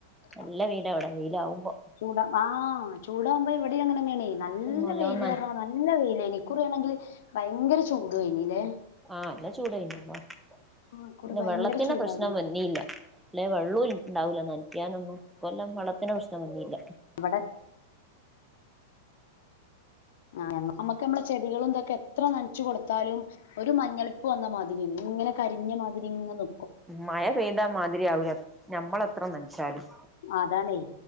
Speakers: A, in the centre; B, on the left.
A: നല്ല
B: ആഹ
A: വെയിലാ ഇവിടെ വെയിലാവുമ്പോ
B: ചൂടാ ആഹ്ആ ചൂടകുമോ അവിടെ അങ്ങ് വേണേ നല്ല
A: നല്ലോം
B: വെയിൽ
A: നന
B: തറണം നല്ലാ വെയിയിലേനിിക്കുറ ആണെങ്കിൽ ഭയങ്കര ചൂട് കയിഞീലേ
A: ആഹ എന്നല്ലാ ചൂട് കഴഞ്ഞമ്മോ
B: ഇക്കുറി
A: പിന്നെ
B: ഭയങ്കര
A: വള്ളത്തിന്റെ
B: ചൂടാ
A: പ്രശ്നം വന്നില്ല ഇല്ലെ വള്ളുഇ ഇണ്ടാവൂല നനക്കാനൊന്നും ഇഈ കൊല്ലം വളത്തിനന് പ്രശ്നംന്നയില്ല
B: അവടെ ഞാ നമ്മുക്ക് നമ്മള ചെടികളും ഇതൊക്കെ എത്ര നനച്ചു കൊടുത്താലും ഒരു മഞ്ഞളിപ്പ് വന്നമാതിരി ഇങ്ങനെ കരിഞ്ഞ മാതിരി ഇങ്ങങ് ന്
A: മഴ പെയ്താ മാതിരി ആവല ഞമ്മള് എത്ര നനച്ചാലും
B: അതാണേ